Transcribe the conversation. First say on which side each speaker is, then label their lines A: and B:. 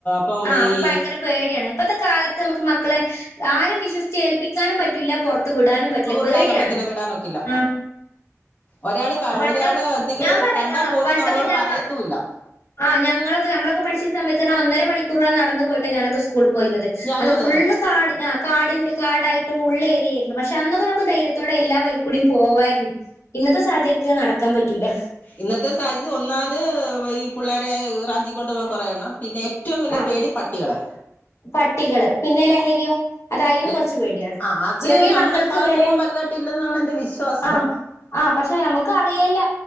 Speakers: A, on the left; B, on the left.
A: അപ്പം
B: ആ അപ്പൊ
A: ഈ
B: ഭയങ്കര പേടിയാണ് ഇപ്പത്തെ കാലത്ത് നമുക്ക് മക്കളെ ആരേം വിശ്വസിച്ച് ഏൽപ്പിക്കാനും പറ്റൂല്ല പൊറ പൊറത്ത് വിടാനും പറ്റില്ല. പേടിയാണ്.
A: വിടാനൊക്കത്തില്ല വിടാനൊക്കില്ല
B: അ
A: ഒരാള് ക
B: പണ്ട്
A: ഒരാള് എന്തെങ്കിലും
B: ഞാൻ
A: ഒരു
B: പറയും
A: കണ്ടാ
B: അ
A: പോലും
B: പണ്ടൊക്കെ
A: നമ്മളോട്
B: ഞങ്ങൾ
A: പറയത്തൂല്ല
B: അ ഞങ്ങളൊക്കെ നമ്മളൊക്കെ പഠിച്ചിരുന്ന സമയത്ത് പറഞ്ഞ ഒന്നര കുറെ നടന്ന പോയിട്ട ഞാനൊക്കെ സ്കൂ കൂളിൽ പോയിരുന്നത്
A: ഞാനും
B: അത്
A: അതന്നെ
B: ഫുള്ള് കാട് ആ കാടിന്റെ കാടായിട്ട് ഉള്ളേരിയായിരുന്നു പക്ഷെ അന്നൊക്കെ നമുക്ക് ധൈര്യത്തോടെ എല്ലാ വഴികൂടെയും പോവായിരുന്നു ഇന്നത്തെ സാഹചര്യത്തില് നടക്കാൻ പറ്റൂല
A: ഇന്നത്തെ സാഹചര്യം ഒന്നാമത് വൈ പുള്ളേരെ റാഞ്ചി കൊണ്ടു പോകാൻ കുറെേയണ്ണം പിന്നെ ഏറ്റവും വലിയ
B: ആ
A: പേടി പട്ടികളെ
B: പട്ടികള് പിന്നെ ലഹരിയോ അതയിലും
A: ല്ലെ
B: കുറച്ച് പേടിയാണ്.
A: ആ അത്
B: ചെറിയ
A: നമ്മുടെ
B: മക്കൾക്ക്
A: ഈ ഭാഗത്തൊന്നും
B: വെരെ
A: വലുതായിട്ട് ഇല്ലെന്നാണ് എന്റെ വിശ്വാസം
B: ആഹ് ആഹ് പക്ഷെ നമുക്ക് അറിയല്ല